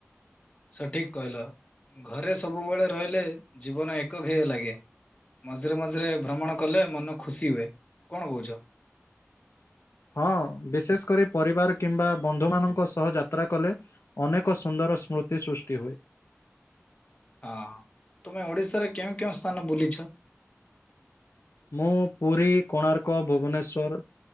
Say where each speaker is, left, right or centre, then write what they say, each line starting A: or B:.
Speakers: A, on the left; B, on the left.
A: ସଠିକ କହିଲ ଘରେ ସବୁବେଳେ ରହିଲେ ଜୀବନ ଏକକ ହେଅ ଲାଗେ। ମଝିରେ ମଝିରେ ଭ୍ରମଣ କଲେ ମନ ଖୁସି ହୁଏ। କଣ କହୁଛ?
B: ହଁ ବିଶେଷ କରି ପରିବାର କିମ୍ବା ବନ୍ଧୁମାନଙ୍କ ସହ ଯାତ୍ରା କଲେ। ଅନେକ ସୁନ୍ଦର ସ୍ମୃତି ସୃଷ୍ଟି ହୁଏ।
A: ହଁ ତୁମେ ଓଡିଶାରେ କେଉଁ କେଉଁ ସ୍ଥାନ ବୁଲିଛ?
B: ମୁଁ ପୁରୀ କୋଣାର୍କ ଭୁବନେଶ୍ୱର।